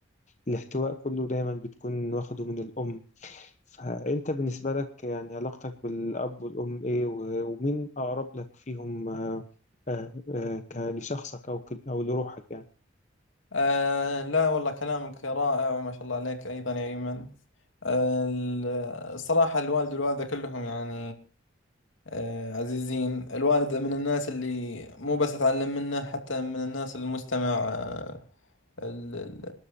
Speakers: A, on the left; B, on the left.
A: والاحتواء كله دايما بتكون واخده من الأم فأنت بالنسبة لك يعني علاقتك بالأب والأم إيه و- ومين أقرب لك فيهم آه، آه، آه، ك- لشخصك أو ك- أو لروحك يعني
B: آه لا والله كلامك رائع ما شاء الله عليك أيضا يا أيمن آه ال- الصراحة الوالد والوالدة كلهم يعني آه عزيزين الوالد من الناس اللي مو بس أتعلم منه حتى من الناس المستمع آه ال ال